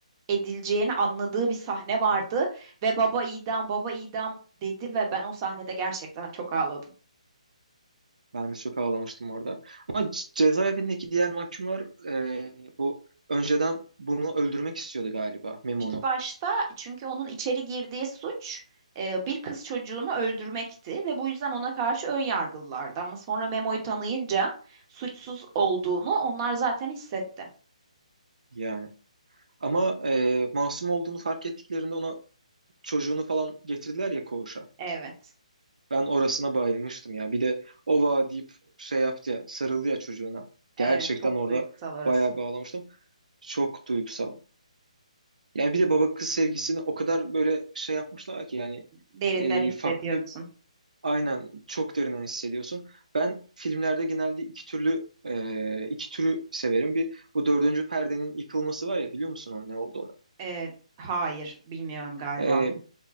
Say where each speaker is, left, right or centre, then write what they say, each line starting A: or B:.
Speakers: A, on the right; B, on the right.
A: edileceğini anladığı bir sahne vardı ve baba idam baba idam dedi ve ben o sahnede gerçekten çok ağladım.
B: Ben de çok ağlamıştım orada. Ama c- cezaevindeki diğer mahkumlar e, bu önceden bunu öldürmek istiyordu galiba Memo'nu
A: İlk başta çünkü onun içeri girdiği suç e, bir kız çocuğunu öldürmekti ve bu yüzden ona karşı ön yargılılardı ama sonra Memo'yu tanıyınca suçsuz olduğunu onlar zaten hissetti.
B: yani. Ama e, masum olduğunu fark ettiklerinde ona çocuğunu falan getirdiler ya koğuşa.
A: Evet,
B: Ben orasına bayılmıştım ya. Bir de ova deyip şey yaptı ya, sarıldı ya çocuğuna.
A: evet
B: Gerçekten
A: çok
B: orada
A: duygusal orası.
B: bayağı bağlamıştım. Çok duygusal. Yani bir de baba kız sevgisini o kadar böyle şey yapmışlar ki yani
A: Derinden
B: e,
A: hissediyorsun.
B: farklı bir aynen çok derinden hissediyorsun. Ben filmlerde genelde iki türlü e, iki türü severim. Bir bu dördüncü perdenin yıkılması var ya biliyor musun onun ne olduğunu?
A: E, hayır, bilmiyorum galiba.
B: E,